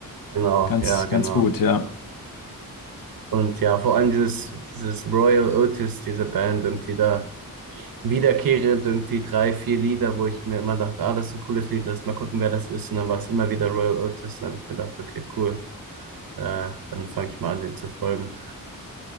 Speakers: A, on the right; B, on the left.
A: Genau,
B: Ganz,
A: ja, genau.
B: ganz gut, ja.
A: Und ja, vor allem dieses, dieses Royal Otis, diese Band, irgendwie da wiederkehrend irgendwie drei, vier Lieder, wo ich mir immer dachte, ah, das ist ein cooles Lied, lass mal gucken, wer das ist. Und dann war es immer wieder Royal Otis. Und dann habe ich mir gedacht, okay, cool, äh, dann fange ich mal an, den zu folgen.